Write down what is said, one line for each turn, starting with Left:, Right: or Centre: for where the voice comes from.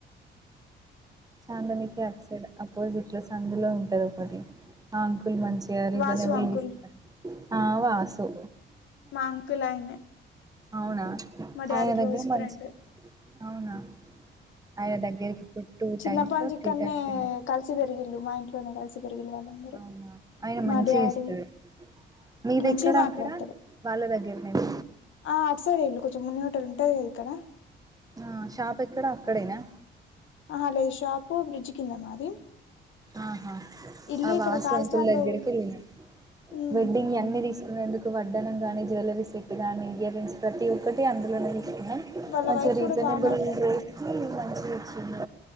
Right: చాందనికి అట్ సైడ్ అపోజిట్ లో సందులో ఉంటది ఒకటి ఆ ల్ మంచి రీజనబుల్
Left: వాసు అంకుల్
Right: ఇస్తాండు ఆ వాసు
Left: మాంకులయిన
Right: అవునా
Left: మ డాడి
Right: ఆయన
Left: క్లోస్
Right: దగ్గర
Left: ఫ్రెండ్
Right: మంచి
Left: ఏ
Right: అవునా ఆయన దగ్గరికి ఇప్పుడు టూ
Left: చిన్న
Right: టైమ్స్
Left: పని నుంచి ఇక్కన్నే
Right: త్రీ టైమ్స్ వెళ్ళిన
Left: కలిసి పెరిగిలు మా ఇంట్లోనే కలిసి పెరిగిలి వాళ్ళందరూ
Right: అవునా ఆయన
Left: మా
Right: మంచిగా
Left: డాడీ
Right: ఇస్తాడు మీది
Left: మంచిగా
Right: ఎక్కడ
Left: మాట్లాడతాడు
Right: అక్కడ వాళ్ళ దగ్గరనేనా
Left: ఆ అటు సైడ్ వెేళు కొంచెం మున్న టల్ ఉంటంది కదా ఇక్కడ
Right: ఆ షాప్ ఎక్కడ అక్కడేనా
Left: ఆహా లేదు షాపు బ్రిడ్జ్ కింద మాది
Right: ఆహా
Left: ఇల్లు
Right: అ
Left: ఇక్కడ
Right: వాస్వంకుల్గ్రకిలి
Left: కాకినాడ లో
Right: వెళ్లినా
Left: ఉమ్
Right: వెడ్టింగ్ ఎన్ని తీసుకోందుకు వడ్డనం కాని జ్యువలరీ సెట్ కాని ఇయర్ రింగ్స్ ప్రతి ఒక్కటి అందులోనే
Left: వాళ్ళ
Right: మంచి
Left: వైఫ్
Right: రీజనబుల్
Left: కూడా బాగా మాట్లాడుతది
Right: రేట్కి మంచి వచ్చింది